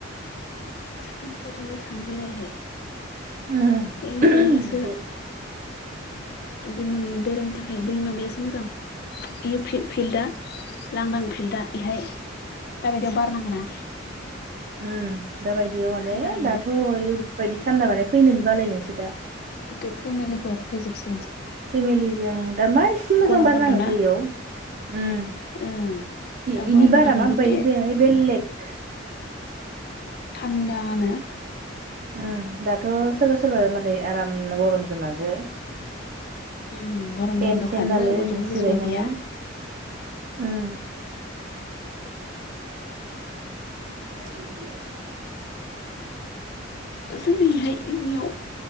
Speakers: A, on the left; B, on the right.
A: सानै साथामजों थांफेरा इहाय।
B: उम
A: ओइ माबानियासो
B: एसे
A: दिमुगनिया बेरायनो थाखाय बै माबायासो मोजां। इयो फिलड फिल्डआ लांदां फिल्डआ इहाय दाबायदियाव बार नाङोना
B: ओम दाबायदियाव माने
A: थान्दानो
B: दाथ' ओरैबायदि थान्दा माने फैनोनो बालायनायसो दा।
A: गुथै फेमिलिफोर फैजोबसिगोन।
B: फेमिलिजों? दा मा एसे मोजां
A: गरम
B: बारनाङोथाय
A: बन्द' ना
B: इयाव। उम
A: ओं
B: इ
A: दा गरम
B: इनि
A: बन्द'खाय
B: बारा माबायदि
A: गुथे
B: बेलेग।
A: थान्दानो।
B: उ दाथ' सोरबा सोरबा माने आराम गरमजों माजो
A: उम गरम
B: टेनसन
A: बन्द' खादो
B: लालायलायै
A: गथ'निबो
B: जिरायनानै
A: स्कुल गैया
B: उम। <inaudible>
A: जोंनि इहाय इयाव